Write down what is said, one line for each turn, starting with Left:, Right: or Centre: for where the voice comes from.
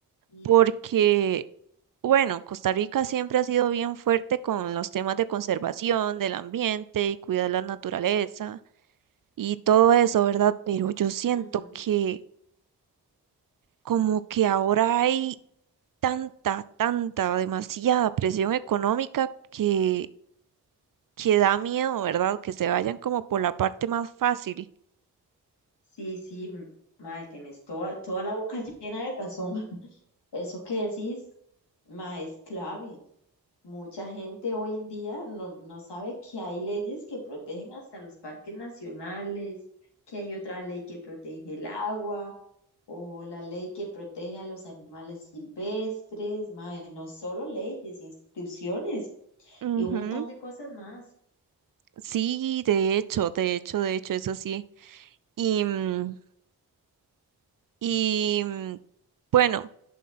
Left: Y,
Right: Porque, bueno, Costa Rica siempre ha sido bien fuerte con los temas de conservación del ambiente y cuidar la naturaleza y todo eso, ¿verdad? Pero yo siento
Left: ujú.
Right: que como que ahora hay tanta, tanta, demasiada presión económica que que da miedo, ¿verdad? Que se vayan como por la parte más fácil.
Left: Sí, sí, m- mae, tenés toda, toda la boca llena de razón. <laughs> Eso que decís, mae, es clave. Mucha gente hoy en día no, no sabe que hay leyes que protegen hasta los parques nacionales, que hay otra ley que protege el agua o la ley que protege a los animales silvestres, mae, no solo leyes, instituciones
Right: Ujú.
Left: y un montón de cosas más.
Right: Sí, de hecho, de hecho, de hecho, eso sí. Y, mm, y mm, bueno,